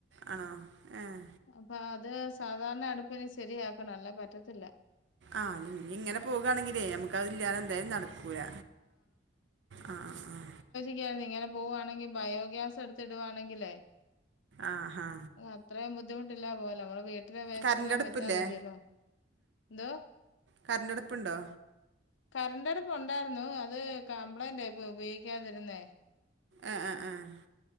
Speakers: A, on the right (about 65°); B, on the left (about 70°).
A: ആണോ ഏഹ്
B: അപ്പൊ അത് സാധാരണ അടുപ്പിനി ശരിയാക്കണം അല്ലാതെ പറ്റത്തില്ല
A: ആഹ് ഇനി ഇങ്ങനെ പോവുകയാണെങ്കിലേ നമക്ക് ക്ക് അതില്ലാതെ എന്തായാലും നട കൂല്ല ആഹ് ആഹ് ആഹ്
B: എനിക്ക് തോന്നുന്ന് ഇങ്ങനെ പോവുവാണെങ്കിൽ ബയോഗ്യാസ് എടുത്തിടുവാണെങ്കിലേ
A: ആഹ് ഹാ
B: ഇനി അത്രയും ബുദ്ധിമുട്ടില്ലാതെ പോവാല്ലോ നമ്മടെ വീട്ടിലെ വേസ്റ്റ്
A: കറണ്ട്
B: എല്ലാം
A: അടുപ്പില്ലേ
B: വെച്ചാ മതിയല്ലോ എന്തോ
A: കരണ്ടടുപ്പുണ്ടോ
B: കറണ്ട് അടുപ്പ് ഉണ്ടായിരുന്നു അത് കംപ്ലൈന്റ് ആയി ഇപ്പൊ ഉപയോഗിക്കാതിരുന്നേ
A: ആഹ് ആഹ് ആഹ്